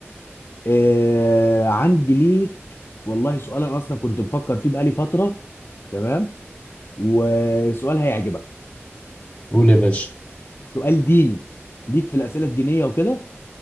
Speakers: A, on the left (about 55°); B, on the left (about 25°).
A: آه عندي ليك والله سؤال انا اصلا كنت مفكر فيه بقالي فتره تمام وسؤال هيعجبك
B: قول يا باشا
A: سؤال ديني ليك في الاسئله الدينيه وكده